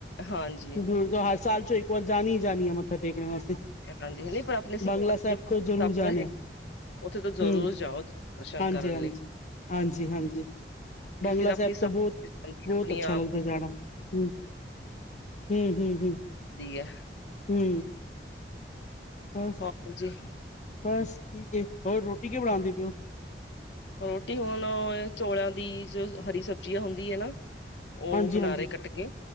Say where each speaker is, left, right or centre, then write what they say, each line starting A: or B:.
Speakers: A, on the left; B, on the left.
A: ਹਾਂਜੀ
B: ਗੁਰੂ ਜਹਾਜ ਸਾਲ ਚੋਂ ਇੱਕ ਵਾਰ ਜਾਣੀ ਹੀ ਜਾਣੀ ਮੱਥਾ ਟੇਕ। ਟੇਕਨ‌ ਵਾਸਤੇ,
A: ਹਾਂਜੀ ਨਹੀਂ ਪਰ ਆਪਣੇ ਸਿੱਖ
B: ਬੰਗਲਾ ਸਾਹਿਬ
A: ਜੋ
B: ਤੋਂ ਜ਼ਰੂਰ
A: ਤਖ਼ਤ
B: ਜਾਣਿਆ।
A: ਹੈ ਉੱਥੇ ਤਾਂ ਜ਼ਰੂਰ
B: ਹੂੰ।
A: ਜਾਓ ਦਰਸ਼ਨ
B: ਹਾਂਜੀ,
A: ਕਰਨ
B: ਹਾਂਜੀ,
A: ਲਈ
B: ਹਾਂਜੀ, ਹਾਂਜੀ।
A: ਕਿਉਂਕਿ
B: ਬੰਗਲਾ
A: ਫਿਰ ਆਪਣੀ
B: ਸਾਹਿਬ
A: ਸਫ਼ਾਈ
B: ਤੋਂ ਬਹੁਤ, ਬਹੁਤ
A: ਆਪਣੀ
B: ਅੱਛਾ
A: ਆਪ
B: ਲੱਗਦਾ
A: ਨੀ
B: ਜਾਣਾ ਹੂੰ। ਹੂੰ, ਹੂੰ, ਹੂੰ।
A: ਦੀ ਹੈ।
B: ਹੂੰ। ਬੱਸ
A: ਹੋਰ ਜੀ
B: ਬੱਸ ਠੀਕ ਹੈ, ਹੋਰ ਰੋਟੀ ਕਿ ਬਣਾਉਂਦੇ ਪਇਓ।
A: ਰੋਟੀ ਹੁਣ ਚੋਲਾਂ ਦੀ, ਜੋ ਹਰੀ ਸਬਜ਼ੀ ਹੁੰਦੀ ਹੈਨਾ। ਉਹ
B: ਹਾਂਜੀ
A: ਬਣਾ
B: ਹਾਂਜੀ
A: ਰਹੇ ਕੱਟ ਕੇ।